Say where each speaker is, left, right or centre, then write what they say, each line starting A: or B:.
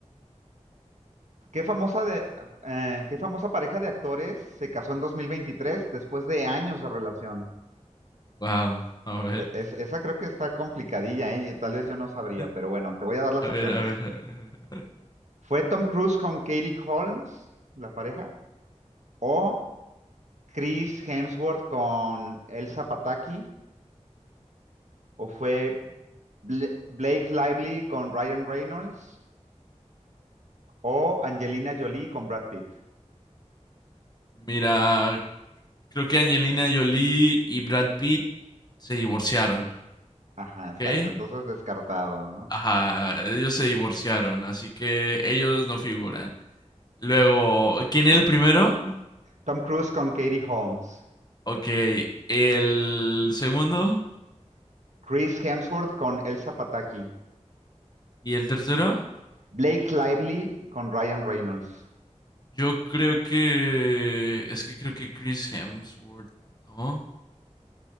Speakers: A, on the right (about 75°); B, on the left (about 35°).
A: ¿Qué famosa de, eh, qué famosa pareja de actores se casó en 2023 después de años de relación?
B: Wow, a ver,
A: E- es- esa creo que está complicadilla, ¿eh? Y Tal vez yo no sabría,
B: <laughs>
A: pero bueno, te voy a dar las
B: a ver,
A: opciones.
B: a ver. a ver. <laughs>
A: ¿Fue Tom Cruise con Katie Holmes, la pareja? ¿O Chris Hemsworth con Elsa Pataki? ¿O fue Bla- Blake Lively con Ryan Reynolds? ¿O Angelina Jolie con Brad Pitt?
B: Mira, creo que Angelina Jolie y Brad Pitt se divorciaron,
A: Ajá,
B: ¿ok?
A: exacto. Entonces descartado, ¿no?
B: Ajá, ellos se divorciaron, así que ellos no figuran. Luego, ¿quién era el primero?
A: Tom Cruise con Katie Holmes.
B: Ok, el segundo
A: Chris Hemsworth con Elsa Pataki.
B: y el tercero.
A: Blake Lively con Ryan Reynolds.
B: Yo creo que es que creo que Chris Hemsworth, ¿no?